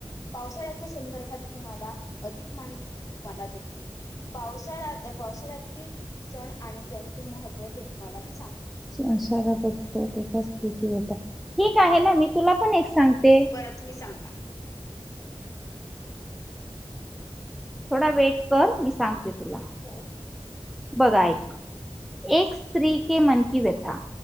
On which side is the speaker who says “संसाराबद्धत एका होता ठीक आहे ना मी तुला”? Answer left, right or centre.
Centre